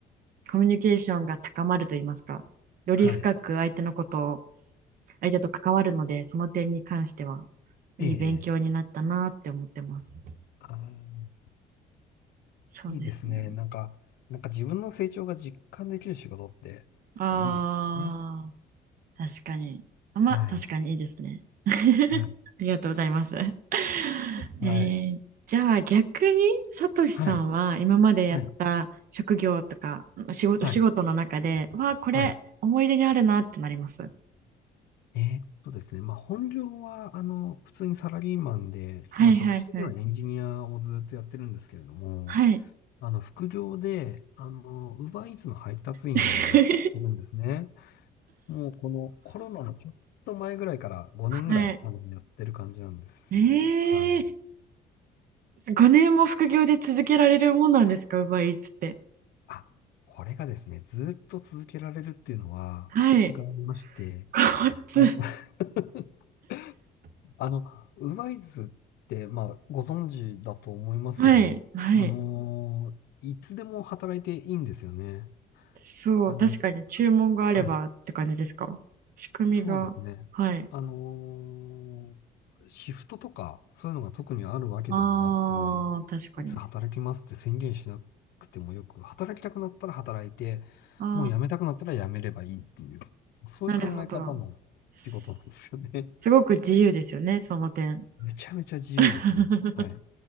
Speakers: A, on the right; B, on the left.
A: コミュニケーションが高まると言いますか、より深く相手のことを
B: はい。
A: 相手と関わるので、その点に関しては、
B: ええ。
A: いい勉強になったなって思ってます。
B: ええあーいいですね。
A: そうですね。
B: なんか、なんか自分の成長が実感できる仕事って、やっぱいいですね。
A: ああ、確かに。あまあ、
B: はい。
A: 確かにいいですね。
B: はい。
A: ありがとうございます。<laughs>
B: はい。
A: えーじゃあ逆に、さとしさんは今までやった職業とか仕事、
B: はい。はい。はい。
A: 仕事の中で、わあ、これ思い出にあるなってなります。
B: はいえーっとですね。まあ、本業は、あの、普通にサラリーマンで、
A: はいはいはい。
B: まあ、職種的にはエンジニアをずっとやってるんですけれども、
A: はい。
B: あの、副業で、あの、ウーバーイーツの配達員をやってるんですね。
A: <laughs>
B: もうこのコロナのちょっと前ぐらいから5年ぐらい、
A: はい。
B: あの、
A: <laughs>
B: やってる感じなんですよ。
A: ええー、
B: はい。
A: 5年も副業で続けられるもんなんですか、奪いっつって。
B: あ、これがですね、ずっと続けられるっていうのはコツがありまして、
A: はい。<laughs> こっつ。
B: あの <laughs> あの、ウーバーイーツって、まあ、ご存知だと思いますけども、
A: はい。はい。
B: あのーいつでも働いていいんですよね。
A: そう、
B: あの、
A: 確かに注文があればって感じですか。
B: はい。
A: 仕組みが。
B: そうですね。
A: はい。
B: あのーシフトとか、そういうのが特にあるわけでもなく、
A: ああ、確かに。
B: いつ働きますって宣言しなくてもよく、働きたくなったら働いて、
A: あ
B: もう辞めたくなったら辞めればいいっていう、そういう考え方の仕事なんですよね。
A: あ、なるほど。すすごく自由ですよね、その点。
B: <laughs> めちゃめちゃ自由ですね。
A: <laughs>
B: はい。